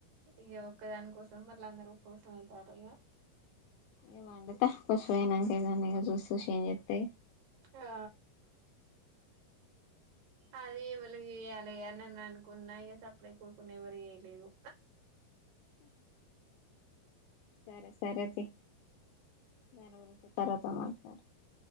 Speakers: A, on the right (about 70°); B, on the left (about 80°).
A: ఇయక ఒకదాని కోసం మళ్ళ అందరూ కోసం వెళ్తారు ఇక
B: ఇ వండత కొసమయినాంక ఏదడి ఇ చూస్త చూసి ఏం చెప్స్తాయి
A: ఆ అది ఎవరి వయాలిని నన్ను అనుకున్నా ఇ సప్లై కోడుకున్న ఎవ్వరు వయలేదు
B: సరే సరే తి ననరు తరాత మాట్లాడు